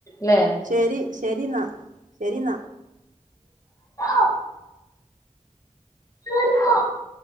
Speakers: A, on the left; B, on the right.
A: ല്ലെ
B: ശരി ശരിന്നാ ശരിന്നാ
A: <unintelligible> <unintelligible>